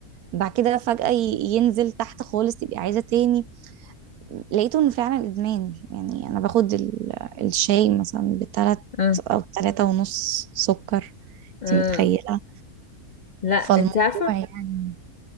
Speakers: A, on the right; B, on the left.
A: بعد كده فجأة ي- ينزل تحت خالص تبقي عايزة تاني لقيته انه فعلا ادمان يعني انا باخد ال- الشاي مثلا بتلات
B: اه
A: او تلاتة ونص سكر انتي
B: اه
A: متخيلة
B: لا انت
A: فالموضوع
B: عارفه
A: يعني